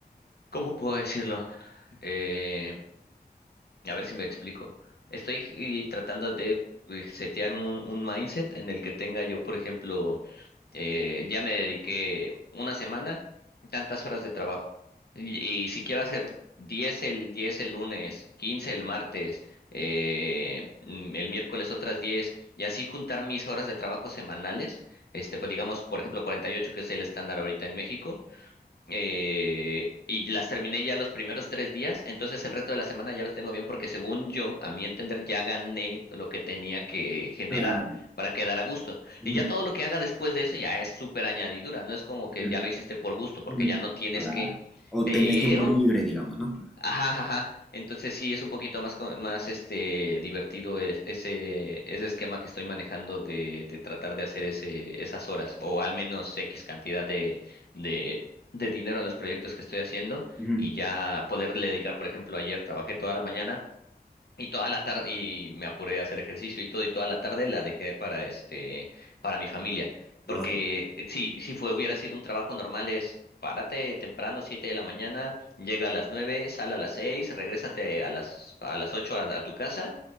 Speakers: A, on the left; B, in the centre.
A: ¿cómo puedo decirlo? Eh, a ver si me explico. Estoy eh, tratando de eh, setear un, un mindset en el que tenga yo, por ejemplo, eh, ya me dediqué una semana, tantas horas de trabajo. Y, y si quiero hacer diez el, 10 el lunes, 15 el martes, eh, mm, el miércoles otras 10 y así juntar mis horas de trabajo semanales, este, pues digamos, por ejemplo, 48 que es el estándar ahorita en México, eh, y las terminé ya los primeros tres días, entonces el resto de la semana ya los tengo bien porque según yo, a mi entender, ya gané lo que tenía que generar
B: Claro.
A: para quedar a gusto.
B: Ujú,
A: Y ya todo lo que haga después de eso ya es súper añadidura, no es como
B: ujú.
A: que ya lo hiciste por gusto porque
B: Mm,
A: ya no tienes
B: Claro.
A: que,
B: O
A: pero
B: tenías tiempo libre, digamos, ¿no?
A: Ajá, ajá. Entonces sí es un poquito más co- más este divertido es- ese ese esquema que estoy manejando de, de tratar de hacer ese esas horas o al menos X cantidad de de de dinero a los proyectos que estoy haciendo
B: Ujú,
A: y ya poderle dedicar, por ejemplo, ayer trabajé toda la mañana y toda la tarde, y me apuré a hacer ejercicio y todo, y toda la tarde la dejé para este, para mi familia.
B: Lógico.
A: Porque si, si fue, hubiera sido un trabajo normal, es párate temprano, siete de la mañana, llega a las nueve, sal a las seis, regrésate a las, a las ocho a, a tu casa,